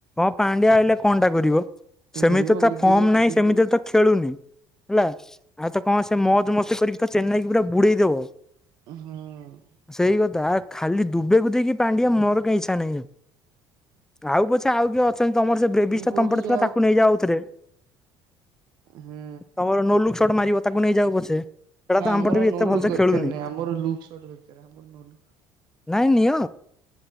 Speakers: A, in the centre; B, on the right.
A: ପାଣ୍ଡିଆ ଆଇଲେ କଣ୍ଟା କରିବ ସେମିତି
B: କରିବ ବୋଲିଂ
A: ତା ଫର୍ମ
B: କରିବ ଫିଲ୍ଡିଂ
A: ନାହିଁ ସେମିତି
B: କରିବ।
A: ତ ଖେଳୁନି ହେଲା ଆଉ କଣ ସେ ମଜ ମସ୍ତି କରିକି ତ ଚେନ୍ନାଇ କି ପୁରା ବୁଡେଇଦବ
B: ହଁ।
A: ସେଇ କଥା ଖାଲି ଦୁବେଇ କୁ ଦେଇକି ପାଣ୍ଡିଆ ମୋର କାଇ ଇଚ୍ଛା ନାହିଁ ଆଉ ପଛେ ଆଉ କିଏ ଅ ତମର ସେ ବ୍ରେବିଷ୍ଟା
B: ମୁଁ କହୁଥିଲି
A: ଟା ତମପ ଥିଲା ତାକୁ ନେଇ ଯା ଆଉ ଥରେ।
B: ହୁଁ
A: ତମର ନୋ ଲୁକ୍ ଶୋଟ ମାରିବ ତାକୁ ନେଇଯାଅ ପଛେ ସେଟା
B: ନା
A: ତ ଆମ
B: ଆମର
A: ପଟେ ବି
B: ନୋ
A: ଏତେ
B: ଲୁକ୍
A: ଭଲସେ
B: ଦରକାର
A: ଖେଳୁନି
B: ନାହିଁ ଆମର ଲୁକ୍ଟ ଦରକାର ଆମର ନ ଲୁ
A: ନାଇଁ ନିଅ